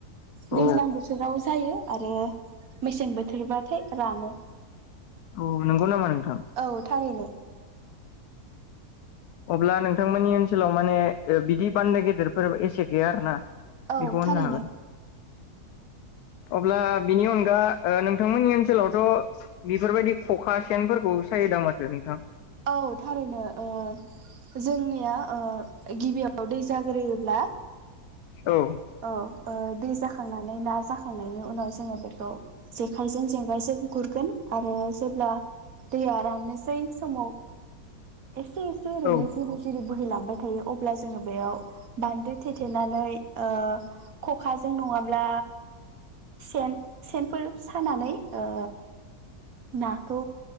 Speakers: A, on the left; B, on the right.
A: औ
B: दैज्लां बोथोराव जायो। आरो मेसें बोथोरबाथाय रानो‌।
A: अ नोंगौ नामा नों
B: औ थारैनो।
A: अब्ला नोंथांमोननि ओनसोलाव माने बिदि बान्दो गेदेरफोर एसे गैया आरोना ।
B: औ
A: बेखौ होननो
B: थारैनो
A: हागोन। अब्ला बिनि अनगा ओ नोंथांमोननि ओनसोलावथ' बेफोरबायदि खखा सेनफोरखौ सायोदां माथो नोंथां।
B: औ थारैनो ओ जोंनिया ओ गिबियाव दै जाग्रोयोब्ला
A: औ
B: औ दै जाखांनानै ना जाखांनायनि उनाव जोङो बेखौ जेखायजों जेंगायजों गुरगोन आरो जेब्ला दैया राननोसै समाव एसे एसे ओरैनो
A: औ
B: जिरि जिरि बोहैलाङो। बाय थायो अब्ला जोङो बेयाव बान्दो थेथेनानै ओ खखाजों नङाब्ला सेन सेनफोर सानानै ओ नाखौ